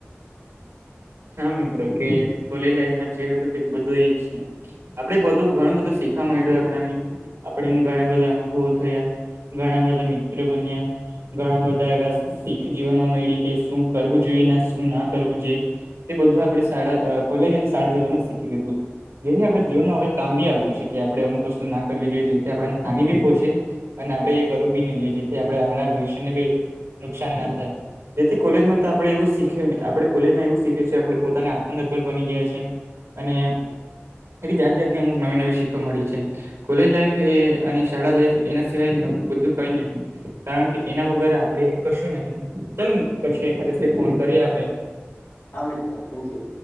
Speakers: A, on the right; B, on the left.
A: હા મિત્રો કે કોલેજ લાઈફમાં જે હતુ તે બધું એજ છે. આપડે બધું ઘણું બધું શીખવા મળ્યું આપણાને આપણે ઘણા બધા અનુભવો થયા. ઘણા બધા મિત્રો બન્યા ઘણા બધા એવા શીખ જીવનમાં મળ કે શું કરવું જોઈએ શું ના કરવું જોઈએ એ બધું આપણે શાળા કોલેજ અને શાળા જીવનમા જ શીખી લીધું જેથી આપણે જીવનમાં હવે કામ બી આવતું છે કે આપણે અમુક વસ્તુ ના કરવી જોઈએ, જેથી આપને હાનિ બી પહોચે અને આપડે એ કરવું બી નઈ જેથી આપડણે આવનાર ભવિષ્યને બી નુકસાન ના થાય જેથી કોલેજમાં તો આપડે એવું શીખ આપે કોલેજમાં એવુ શી છે આપણે પોતાને આત્મનિર્ભર બની ગયા છે અને એવી જાત જાતની અમુક નવી નવી શીખવા મળી છે. કોલેજ લાઈફ એ અને શાળા લાઈફ એના સિવાય બધું કઈ નહી કારણ કે એના વગર આપણે કશું નહી, ચાલ મિત્ર પછી એકાદ દિવસે ફોન કરીએ આપણે
B: હા મિત્ર થેન્કયુ.